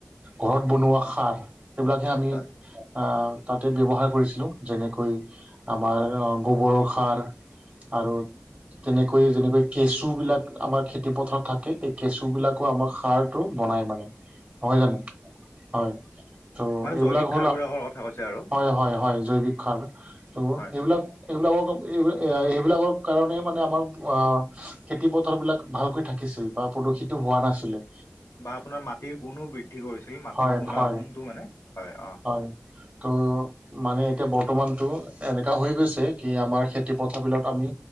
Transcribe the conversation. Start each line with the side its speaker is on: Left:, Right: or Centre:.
Right: ঘৰত বনোৱা সাৰ, সেইবিলাকে আমি
Left: হয়
Right: আহ তাতে ব্যৱহাৰ কৰিছিলোঁ যেনেকৈ আমাৰ গোবৰৰ সাৰ। আৰু‌ তেনেকৈয়ে যেনেকৈ কেঁচুবিলাক আমাৰ খেতিপথাৰত থাকে এই কেঁচুবিলাকো আমাৰ সাৰ বনাই মানে, হয় জান, হয়। ত'
Left: মানে
Right: এইবিলাক
Left: জৈৱিক
Right: হ'ল,
Left: সাৰবোৰৰ কথা কৈছে আৰু
Right: হয় হয় হয় জৈৱিক সাৰ। ত'
Left: হয়।
Right: সেইবিলাক এইবিলাকৰ এইাক এইবিলাকৰ কাৰণে মানে আমাৰ খেতি পথাৰ বিলাক ভালকৈ থাকিছিল বা প্ৰদূষিতো হোৱা নাছিলে।
Left: বা আপোনাৰ মাটিৰ গুণো বৃদ্ধি কৰিছিল মাটিৰ
Right: হয়
Left: গুণ
Right: হয়
Left: গুণটো মানে হয় অ'।
Right: হয় ত' মানে এতিয়া বৰ্তমানতটো এনেকুৱা হৈ গৈছে কি আমাৰ খেতিপথাৰবিলাক আমি